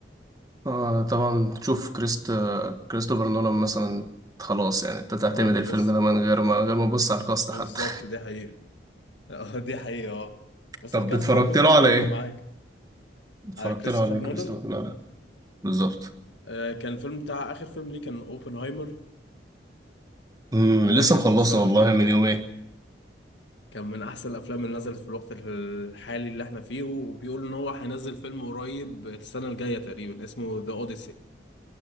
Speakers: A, on the right; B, on the left.
A: آه طبعا تشوف كريست كريستوفر نولان مثلا خلاص يعني أنت تعتمد
B: اه
A: الفيلم
B: كريستوفر
A: ده من غير ما غير ما تبص على الكاست
B: بالظبط
A: حتى
B: دي حقيقة <laughs> اه دي حقيقة اه
A: <laughs>
B: بس
A: طب
B: الكاست
A: اتفرجت
B: برضه بيكون
A: له
B: مهم
A: على إيه؟
B: معاك
A: اتفرجت
B: آه كريستوفر
A: له على إيه
B: نولان
A: كريستوفر نولان بالظبط
B: آه كان الفيلم بتاع آخر فيلم ليه كان اوبنهايمر
A: امم
B: ده
A: لسه
B: كان
A: مخلصه
B: الصراحة
A: والله
B: كان من
A: من يومين
B: كان من أحسن الأفلام اللي نزلت في الوقت الحالي اللي احنا فيه وبيقول إن هو هينزل فيلم قريب السنة الجاية تقريبا اسمه ذا أوديسي